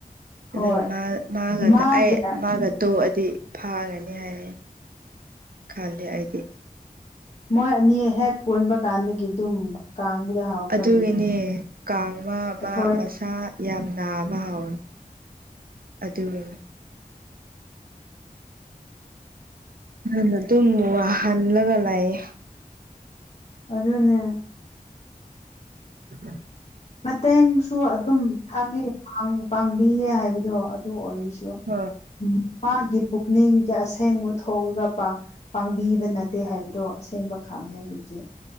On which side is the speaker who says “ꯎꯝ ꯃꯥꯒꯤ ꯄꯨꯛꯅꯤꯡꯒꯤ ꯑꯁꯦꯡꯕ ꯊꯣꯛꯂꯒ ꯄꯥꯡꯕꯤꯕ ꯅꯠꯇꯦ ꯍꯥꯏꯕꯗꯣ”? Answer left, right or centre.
Left